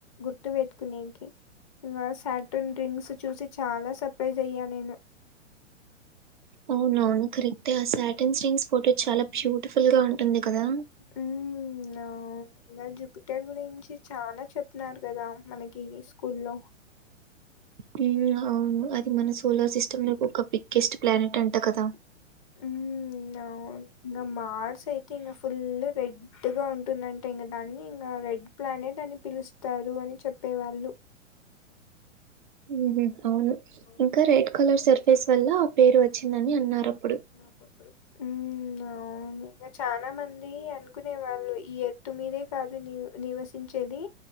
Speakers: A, on the left; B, on the right.
A: గుర్తు పెట్టుకునేకి ఇంకా సాటన్ ర్రింక్స్ చూసి చాలా సర్ప్రైజ్ అయ్యా నేను
B: అవున కరెక్టే ఆ శ్యాటన్ రింగ్స్ ఫోటో చాలా బ్యూటిఫుల్ గా ఉంటుంది కదా
A: మ్మ్ ఆ ఇలా జూపిటర్ గురించి చాలా చెప్పినారు కదా మనకి స్కూల్లో
B: మ్మ్ అవును అది మన సోలార్ సిస్టమ్ లో ఒక బిగ్గెస్ట్ ప్లానెట్ అంటా కదా
A: మ్మ్ ఇంగ మార్స్ అయితే ఇంగా ఫుల్ రెడ్ రెడ్గా ఉంటుందంటే ఇంగ దాన్ని ఇంకా రెడ్ ప్లానెట్ అని పిలుస్తారు అని చెప్పేవాళ్ళు
B: మ్మ్ అవును
A: అవును
B: ఇంకా రెడ్ కలర్
A: ఇంకా
B: సర్ఫేస్
A: రేఖ
B: వల్ల ఆ పేరు వచ్చిందని అన్నారు అప్పుడు
A: మ్మ్ అలానే చాలా మంది అనుకునే వాళ్ళు ఈ ఎత్తు మీదే కాదు నివ్ నివసించేది